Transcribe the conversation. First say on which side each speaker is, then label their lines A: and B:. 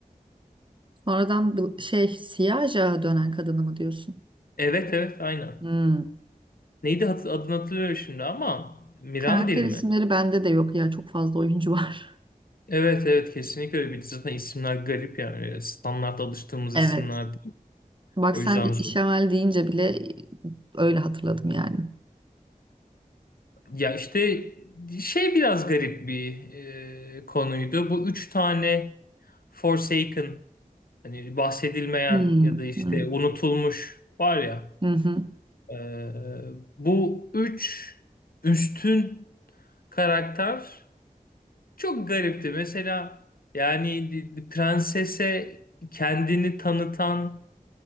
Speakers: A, on the right; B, on the left.
A: Sonradan bir şey siyah ajağa dönen kadını mı diyorsun?
B: Evet evet aynen.
A: Hmm.
B: Neydi hat adını hatırlıyorum şimdi ama Mirandil
A: Karakter
B: mi?
A: isimleri bende de yok ya çok fazla oyuncu var.
B: Evet evet kesinlikle öyle. Bir de zaten isimler garip yani. Standart alıştığımız
A: <laughs>
B: isimler
A: Evet.
B: değil.
A: Bak
B: O
A: sen
B: yüzden zor.
A: işemel deyince bile öyle hatırladım yani.
B: Ya işte şey biraz garip bir e, konuydu. Bu üç tane Forsaken hani bahsedilmeyen
A: Hmm.
B: ya da işte
A: Hmm.
B: unutulmuş var ya.
A: Hı hı.
B: e, bu üç üstün karakter çok garipti. Mesela yani di- di- prensese kendini tanıtan